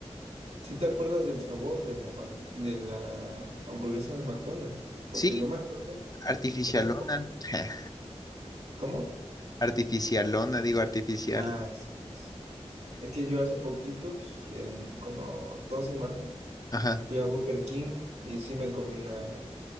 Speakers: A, on the right; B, on the left.
A: si te acuerdas del sabor de la, Mac- de la hamburguesa de McDonald's? Porque
B: Sí,
A: yo me acuerdo
B: artificialona.
A: que hace poquito.
B: <laughs>
A: ¿Cómo?
B: Artificialona, digo artificial.
A: Ah, sí, sí. Es que yo hace poquitos, en como dos semanas,
B: Ajá,
A: fui a Burger King y sí me comí una.